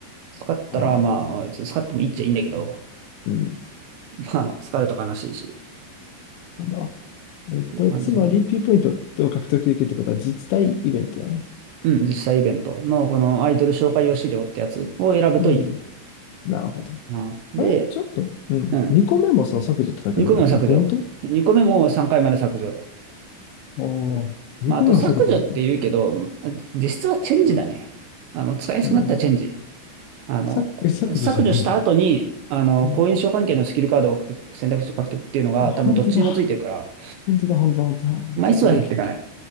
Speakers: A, on the right; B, on the left.
A: 使ったら、
B: ああ、
A: まあ、まあ、別に使ってもいいっちゃいいんだけど、
B: うん。
A: まあ、使ると悲しいし、
B: まだ。
A: っていう感じかな。
B: えっと、つまり P ポイントを獲得できるってことは実体イベントだね。
A: うん、実際イベントの、このアイドル紹介用資料ってやつを選ぶといい
B: うん。なるほど。
A: かな。で、
B: あれちょっと、うん。
A: うん。
B: 2個目もさ、削除って書いてあるんだけど、
A: 2個目も削除。
B: これ本当
A: 2個目も3回まで削除。
B: ああ、2個目も削除された。
A: まあ、あと削除って言うけど、
B: な
A: 実質はチェンジだね。あの、使いやすくなったチェンジ。
B: るほど。
A: あの、
B: 削、削除じゃないんだ。
A: 削除した後に、あの、
B: うん、
A: 好印象関係のスキルカードを獲得選択肢を獲得っていうのが多分どっちにもついてるから、
B: あ、本当だ。本当だ、本当だ、本当だ。
A: 枚数は減ってかない。
B: じゃあこれけけ